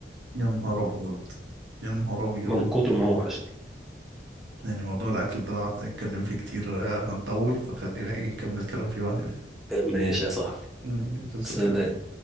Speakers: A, on the right; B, in the centre.
A: يا نهار أبيض يا نهار أبيض
B: من كتر ما هو وحشتي
A: يعني موضوع الأكل ده لو قعدنا نتكلم فيه كتير آه، هنطول فخلينا إيه نكمل كلام فيه بعدين
B: ماشي يا صاحبي
A: ماشي يا صديقي
B: سلام